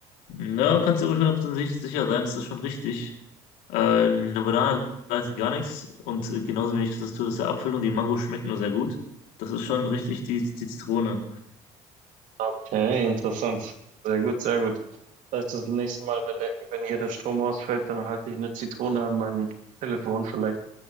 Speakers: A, on the left; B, on the right.
A: Na, kannst dir ruhig 100% sich- sicher sein, das ist schon richtig. Äh, eine Banane leitet gar nichts und äh, genauso wenig das tut es der Apfel und die Mango schmeckt nur sehr gut. Das ist schon richtig die, die Zitrone.
B: Okay, interessant. Sehr gut, sehr gut. Das heißt, das nächste Mal, wenn der, wenn hier der Strom ausfällt, dann halte ich eine Zitrone an mein Telefon. Vielleicht